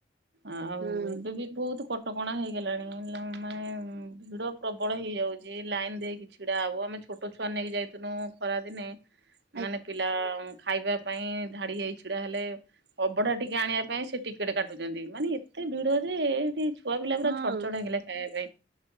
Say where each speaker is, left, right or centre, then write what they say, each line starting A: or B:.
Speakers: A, on the right (about 70°); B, on the right (about 55°).
A: ଆଉ
B: ହୁଁ
A: ଏବେ ବି ବହୁତ କ ଟକଣା ହେଇଗଲାଣି, ମାନେ ଭିଡ ପ୍ରବଳ ହେଇଯାଉଛି, ଲାଇନ ଦେଇକି ଛିଡା ହବ, ଆମେ ଛୋଟ ଛୋଟ ଛୁଆ ନେଇି ଯାଇଥିନୁ ଖରାଦିନେ
B: ହ <inaudible>
A: ମାନେ ପିଲା ଖାଇବା ପାଇଁ ଧାଡି ହେଇ ଛିଡା ହେଲେ ଅବଢା ଟିକେ ଆଣିବା ପାଇଁ ସେ ଟିକ ଟିକେଟ କାଟୁଛନ୍ତି, ମାନେ ଏତେ ଭିଡ ଯେ ଏଇଠି ଛୁଆ ପିଲା
B: ହଁ
A: ପୁରା ଛଡଛଡ ହେଇଗଲେ ଖାଇବା ପାଇଁ